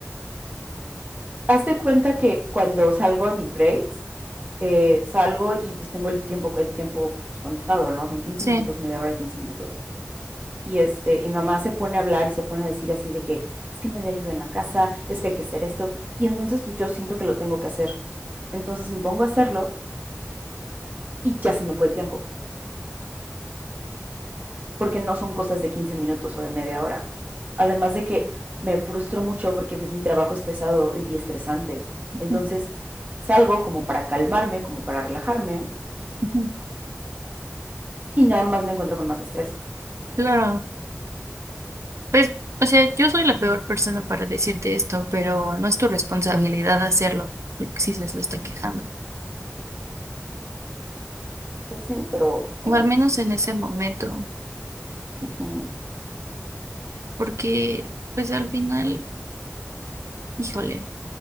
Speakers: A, on the right; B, on the right.
A: Hazte cuenta que cuando salgo en mis breaks, eh, salgo y pues tengo el tiempo, el tiempo pues, contado, ¿no? Son quince
B: Sí,
A: minutos, media hora y 15 minutos. Y, este, y mi mamá se pone a hablar y se pone a decir así de que es que nadie ayuda en la casa, es que hay que hacer esto. Y entonces pues yo siento que lo tengo que hacer. Entonces me pongo a hacerlo y ya se me fue el tiempo, porque no son cosas de 15 minutos o de media hora. Además de que me frustro mucho porque pues mi trabajo es pesado y estresante. Entonces
B: Ujú,
A: salgo como para calmarme, como para relajarme
B: ujú.
A: y nada más me encuentro con más estrés.
B: claro. Pues, o sea, yo soy la peor persona para decirte esto, pero no es tu responsabilidad hacerlo, lo que sí se lo está quejando.
A: Pues sí, pero ay,
B: O al menos
A: es que
B: en
A: es-
B: ese momento,
A: ujú,
B: porque, pues al final, híjole,